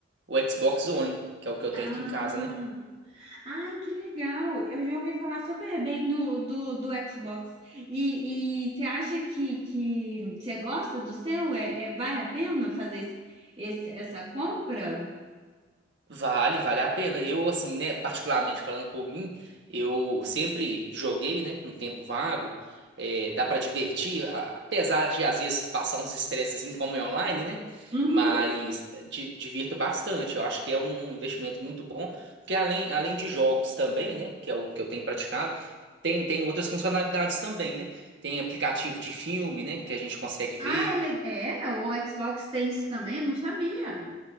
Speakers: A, on the right; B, on the right.
A: o Xbox One, que é o que eu
B: Ah,
A: tenho aqui em casa, né?
B: ai, que legal. Eu já ouvi falar super bem do, do, do Xbox. E, e você acha que, que você gosta do seu? É, é- vale a pena fazer esse- esse- essa compra?
A: Vale, vale a pena. Eu, assim, né, particularmente falando por mim, eu sempre joguei, né, um tempo vago. É, dá pra divertir, a- apesar de às vezes passar uns estresses em como é online, né?
B: Uhum.
A: Mas di- divirto bastante. Eu acho que é um, um investimento muito bom, porque além, além de jogos também, né, que é o que eu tenho praticado, tem, tem outras funcionalidades também, né? Tem aplicativo de filme, né, que a gente consegue ver.
B: Ah, ele, é, o Xbox tem isso também? Não sabia.